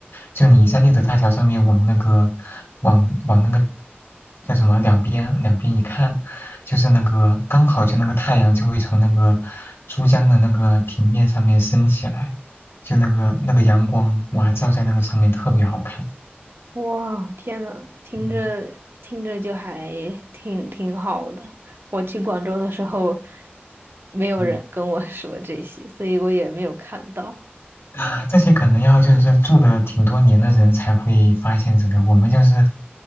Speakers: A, on the left; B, on the right.
A: 就你在猎德大桥上面往那个，往往那个叫什么两边两边一看，就是那个刚好就那个太阳就会从那个珠江的那个平面上面升起来，就那个那个阳光哇照在那个上面特别好看。
B: 哇，天呐，听着听着就还挺挺好的。
A: 嗯。
B: 我去广州的时候，没有人跟我说这些，
A: 嗯
B: 所以我也没有看到。
A: 啊，这些可能要就是住的挺多年的人才会发现这个。我们就是，